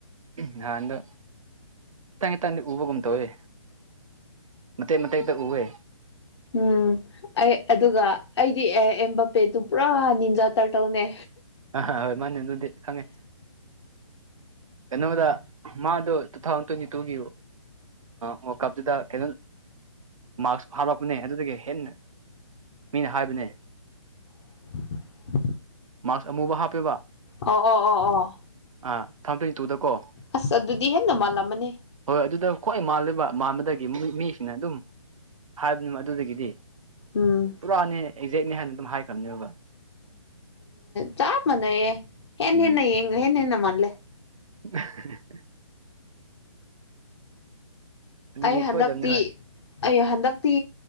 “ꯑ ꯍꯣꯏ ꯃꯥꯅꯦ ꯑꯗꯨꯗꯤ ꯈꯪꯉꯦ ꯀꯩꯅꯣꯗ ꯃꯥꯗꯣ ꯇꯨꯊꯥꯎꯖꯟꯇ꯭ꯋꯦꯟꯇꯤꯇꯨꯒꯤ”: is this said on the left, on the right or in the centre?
Right